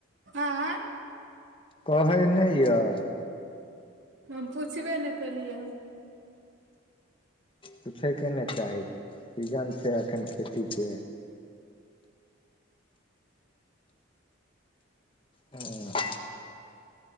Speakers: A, on the right; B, on the left.
A: आँय
B: कहै नहि यऽ
A: हम पुछबे ने केलियै हन
B: पूछयके ने चाही सीजन छै एखन खेतीके ऐं